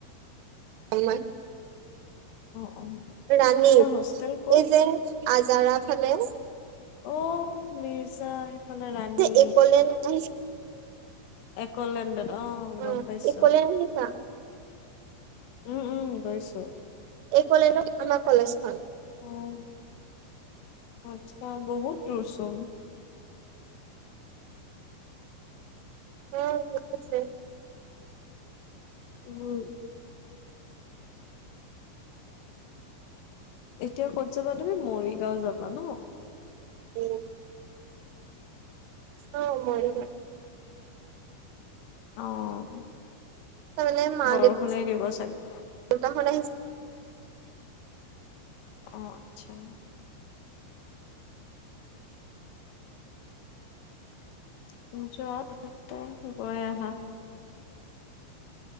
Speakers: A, on the right (about 85°); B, on the left (about 85°).
A: <inaudible>
B: অ অ
A: ৰাণী
B: তোমাৰ হোষ্টেল ক'ত
A: এই যে আজাৰাত। হেল্ল'
B: অঁ, মিৰছ <unintelligible> সেইফালে ৰাণী।
A: যে একলেন আহিছা
B: একলেণ্ডত, অঁ
A: উম
B: গম পাইছো।
A: একলেন আহিছা
B: উম উম গৈছো।
A: একলেণ্ডত আমাৰ কলেজখন।
B: অঁ। অঁ বহুত দুৰ চোন।
A: অঁ <unintelligible> আছে।
B: উমহম। এতিয়া ক'ত যাবা তুমি মৰিগাঁও যাবা ন।
A: উম অঁ, মই ও
B: অঁ।
A: তাৰমানে মা
B: বৰষুণেই দিবচা <unintelligible> <unintelligible> অ
A: দেউতাহঁত আহিছে
B: অ আচ্ছা। <unintelligible> গৈ আহা।